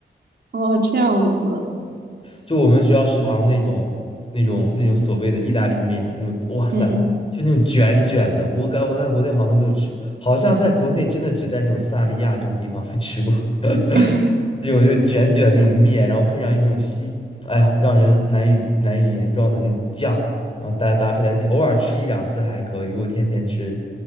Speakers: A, on the right (about 60°); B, on the left (about 30°).
A: 哦，这样子，
B: 就我们学校食堂那种那种那种所谓的意大利面，那种哇塞，
A: 嗯
B: 就那种卷卷的，我感我在国内好像都没有吃，好像在国内真的只在这种萨利亚这种地方会吃过 <laughs>
A: 嗯。<laughs>
B: 这种就卷卷的那种面，然后配上一种西，哎呀，让人难以难以言状的那种酱，然后搭搭配在一起，偶尔吃一两次还可以，如果天天吃，